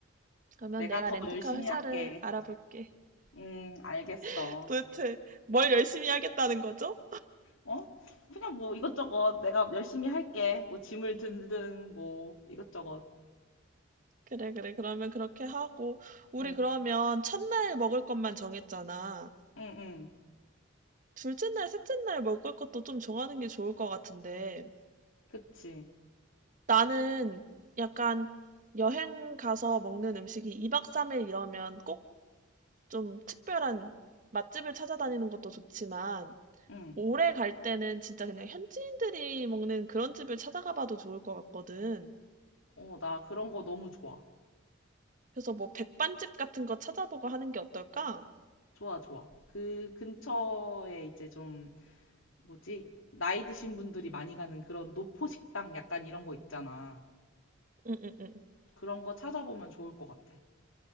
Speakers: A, on the right (about 40°); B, on the left (about 85°).
A: 그러면
B: 내가
A: 내가
B: 더
A: 렌트카
B: 열심히
A: 회사를
B: 할게.
A: 알아볼게.
B: 음, 알겠어.
A: <laughs> 도대체 뭘 열심히 하겠다는 거죠?
B: 어? 그냥 뭐 이것저것 내가 열심히 할게. 뭐 짐을 들든 뭐 이것저것.
A: 그래, 그래. 그러면 그렇게 하고, 우리
B: 응,
A: 그러면 첫날 먹을 것만 정했잖아.
B: 응, 응.
A: 둘째 날, 셋째 날 먹을 것도 좀 정하는 게 좋을 것 같은데,
B: 그치.
A: 나는 약간 여행 가서 먹는 음식이 2박 3일 이러면 꼭 좀 특별한 맛집을 찾아다니는 것도 좋지만,
B: 응.
A: 오래 갈 때는 진짜 그냥 현지인들이 먹는 그런 집을 찾아가 봐도 좋을 것 같거든.
B: 어, 나 그런 거 너무 좋아.
A: 그래서 뭐 백반집 같은 거 찾아보고 하는 게 어떨까?
B: 좋아, 좋아. 그 근처에 이제 좀 뭐지? 나이 드신 분들이 많이 가는 그런 노포 식당 약간 이런 거 있잖아.
A: 응, 응, 응.
B: 그런 거 찾아보면 좋을 것 같아.